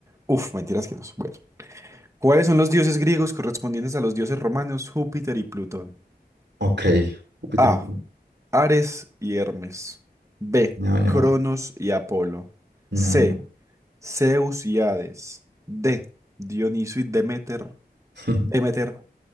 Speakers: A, on the right (about 15°); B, on the right (about 85°).
A: Uf, mentiras que no. Bueno. ¿Cuáles son los dioses griegos correspondientes a los dioses romanos Júpiter y Plutón?
B: Ok, Júpiter,
A: A. Ares y Hermes. B.
B: no, no,
A: Cronos y Apolo.
B: no,
A: C.
B: no.
A: Zeus y Hades. D. Dioniso y Demeter.
B: <laughs>
A: Demeter.